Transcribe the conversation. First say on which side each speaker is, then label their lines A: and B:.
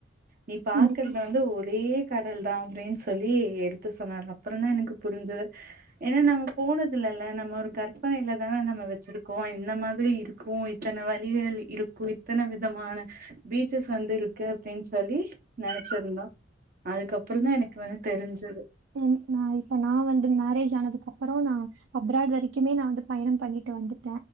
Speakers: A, on the right (about 45°); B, on the right (about 75°).
A: நீ பாக்கறத
B: கண்டிப்பா
A: வந்து ஒரே கடல் தா அப்டின் சொல்லி எடுத்து சொன்னாங்க அப்றோ தா எனக்கு புரிஞ்சிது ஏனா நம்ம போனது இல்லல நம்ம ஒரு கற்பனையிலதா நம்ம வச்சிருக் கோ இந்த மாரி இருக்கு இத்தன வழிகள் இருக்கு இத்தன விதமான பீச்சஸ் வந்து இருக்கு அப்டின் சொல்லி நனச்சிருந்தோ அதுக்கப்ற தா எனக்கு வந்து தெரிஞ்சிது
B: ம்ஹும் நா இப்ப நா வந்து மேரேஜ் ஆனதுக்கப்றோ நா அப்ராட் வரைக்குமே நா வந்து பயனோ பண்ணிட்டு வந்துட்ட